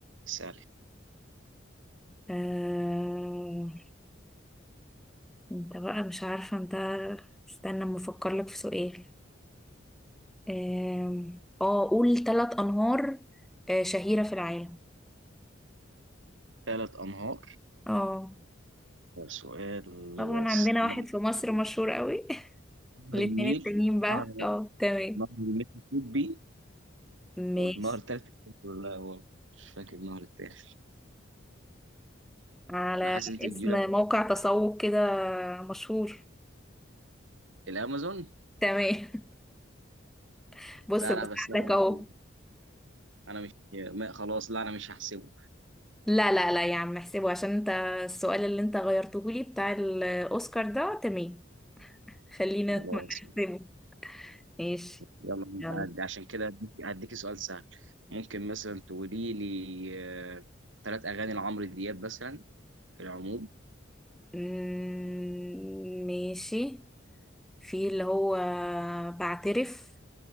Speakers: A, on the right (about 75°); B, in the centre.
A: سألي
B: آه... انت بقى مش عارفة انت استنى اما افكر لك في سؤال آم، اه قول ثلاث انهار آه، شهيرة في العالم
A: ثلاث أنهار
B: اه
A: سؤال
B: طبعا
A: نهر
B: عندنا واحد في مصر مشهور قوي <laughs> الاتنين
A: النيل
B: التانيين بقى
A: نهر
B: اه تمام
A: نهر المسيسيبي والنهر
B: ماشي
A: التالت لا هو مش فاكر النهر التالت
B: على
A: انا حاسس انت بتجيب
B: اسم
A: لي
B: موقع تسوق كده مشهور
A: الامازون
B: تمام <laughs> بص
A: لا
B: بساعدك
A: لا بس انا
B: اهو
A: انا أنا مش ما خلاص لا انا مش هحسبه
B: لا لا لا يا عم احسبه عشان انت السؤال اللي انت غيرته لي بتاع الاوسكار ده تمام خلينا
A: خلاص
B: نحسبه ماشي
A: يلا
B: يلا
A: أنا- عشان كده هديك هديك سؤال سهل ممكن مثلا تقولي لي ثلاث اغاني لعمرو دياب مثلا في العموم
B: مم، ماشي في اللي هو بعترف